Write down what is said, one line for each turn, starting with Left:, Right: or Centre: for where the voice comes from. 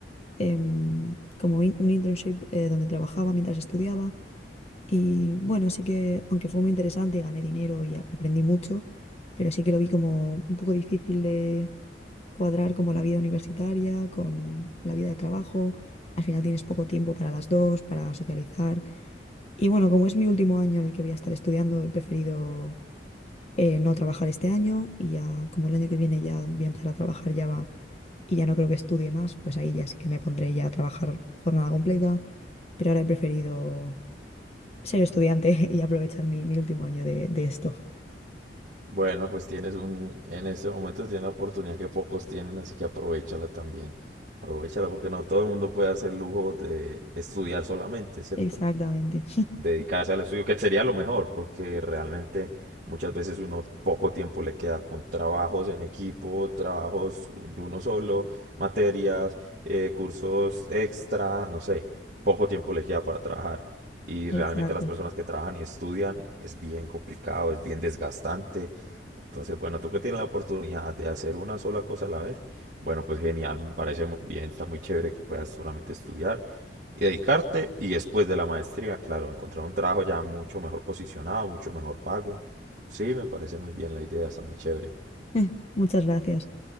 Left: em, como in- un internship eh, donde trabajaba mientras estudiaba y bueno, sí que aunque fue muy interesante y gané dinero y a- aprendí mucho, pero sí que lo vi como un poco difícil de cuadrar como la vida universitaria con la vida de trabajo. Al final tienes poco tiempo para las dos, para socializar. Y bueno, como es mi último año en el que voy a estar estudiando, he preferido eh, no trabajar este año y ya como el año que viene ya voy a empezar a trabajar ya va- y ya no creo que estudie más, pues ahí ya sí que me pondré ya a trabajar jornada completa, pero ahora he preferido ser estudiante <laughs> y aprovechar mi, mi último año de, de esto.
Right: Bueno, pues tienes un, en este momento tienes una oportunidad que pocos tienen, así que aprovechala también, aprovechala porque no todo el mundo puede hacer lujo de estudiar solamente, ¿cierto?
Left: Exactamente,
Right: dedicarse al estudio, que sería lo mejor, porque realmente muchas veces uno poco tiempo le queda con trabajos en equipo, trabajos de uno solo, materias, eh, cursos extra, no sé, poco tiempo le queda para trabajar. Y realmente
Left: exacto.
Right: las personas
Left: <laughs>
Right: que trabajan y estudian es bien complicado, es bien desgastante entonces, bueno, tú que tienes la oportunidad de hacer una sola cosa a la vez, bueno, pues genial, me parece muy bien, está muy chévere que puedas solamente estudiar y dedicarte y después de la maestría, claro, encontrar un trabajo ya mucho mejor posicionado, mucho mejor pago. Sí, me parece muy bien la idea, está muy chévere.
Left: Eh, muchas gracias.